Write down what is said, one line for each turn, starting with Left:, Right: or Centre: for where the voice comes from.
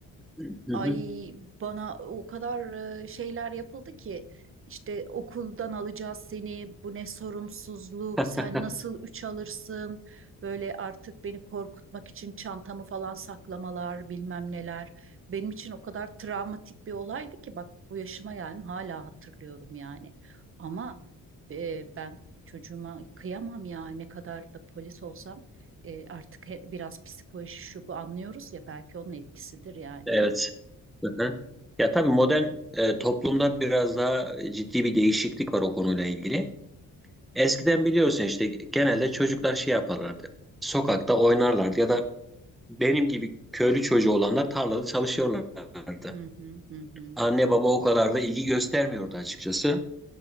Centre: Hı
Right: Ay
Centre: hı.
Right: bana o kadar e, şeyler yapıldı ki işte okuldan alacağız seni bu ne sorumsuzluk
Centre: <laughs>
Right: sen nasıl üç alırsın böyle artık beni korkutmak için çantamı falan saklamalar bilmem neler benim için o kadar travmatik bir olaydı ki bak bu yaşıma geldim hala hatırlıyorum yani ama e, ben çocuğuma kıyamam ya ne kadar da polis olsam E, artık he- biraz psikoloji şu bu anlıyoruz ya belki onun etkisidir yani.
Centre: Evet. Hı hı. Ya tabii modern e, toplumda biraz daha ciddi bir değişiklik var o konuyla ilgili. Eskiden biliyorsun işte genelde çocuklar şey yaparlardı. Sokakta oynarlardı ya da benim gibi köylü çocuğu olanlar tarlada çalışıyorlardı.
Right: Hı hı hı hı.
Centre: Anne baba o kadar da ilgi göstermiyordu açıkçası.